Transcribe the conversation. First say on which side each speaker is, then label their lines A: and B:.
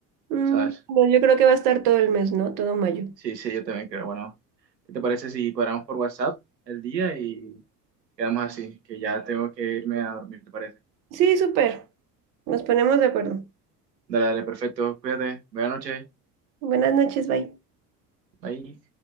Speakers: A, on the right (about 40°); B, on the right (about 80°).
A: Mm,
B: ¿sabes?
A: no, yo creo que va a estar todo el mes, ¿no? Todo mayo.
B: Sí, sí, yo también creo. Bueno, ¿qué te parece si cuadramos por WhatsApp el día y quedamos así? Que ya tengo que irme a dormir, ¿te parece?
A: Sí, súper. Nos ponemos de acuerdo.
B: Dale, dale, perfecto. Cuídate. Buenas noches.
A: Buenas noches, bye.
B: Bye.